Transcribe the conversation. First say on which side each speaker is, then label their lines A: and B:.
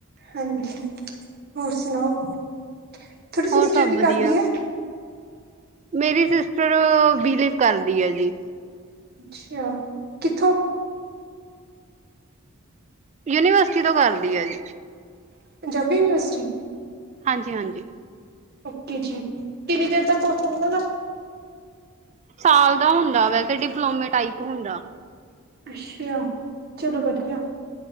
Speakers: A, on the right; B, on the right.
A: ਹਾਂਜੀ ਹੋਰ ਸੁਣਾਓ, ਤੁਹਾਡੀ ਸਿਸਟਰ
B: ਹੋਰ ਸਭ
A: ਕੀ ਕਰਦੀ
B: ਵਧੀਆ
A: ਐ?
B: ਮੇਰੀ ਸਿਸਟਰ ਬਿਲੀਵ ਕਰਦੀ ਏ ਜੀ।
A: ਅੱਛਾ, ਕਿੱਥੋਂ?
B: ਯੂਨੀਵਰਸਿਟੀ ਤੋਂ ਕਰਦੀ ਆ ਜੀ,
A: ਪੰਜਾਬੀ ਯੂਨੀਵਰਸਿਟੀ
B: ਹਾਂਜੀ- ਹਾਂਜੀ।
A: ਓਕੇ ਜੀ ਕਿਨਨੀ ਦਿਨ ਦਾ ਕੋਰਸ ਐ ਉਹਨਾਂ ਦਾ?
B: ਸਾਲ ਦਾ ਹੁੰਦਾ ਵੈ, ਤੇ ਡਿਪਲੋਮੇ ਟਾਈਪ ਹੁੰਦਾ।
A: ਅੱਛੇਆ ਚਲੋ ਵਧੀਆ।